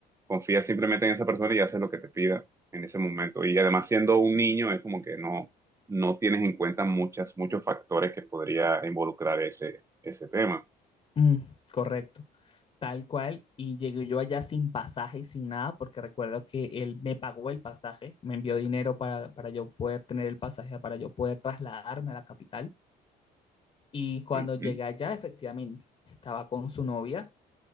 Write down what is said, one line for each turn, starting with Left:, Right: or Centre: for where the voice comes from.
Right: Confía simplemente en esa persona y haces lo que te pida en ese momento. Y además, siendo un niño, es como que no, no tienes en cuenta muchas, muchos factores que podría involucrar ese, ese tema.
Left: Mm, correcto. Tal cual. Y llegué yo allá sin pasaje y sin nada, porque recuerdo que él me pagó el pasaje, me envió dinero para, para yo poder tener el pasaje, para yo poder trasladarme a la capital. Y cuando
Right: Ujú.
Left: llegué allá, efectivamente, estaba con su novia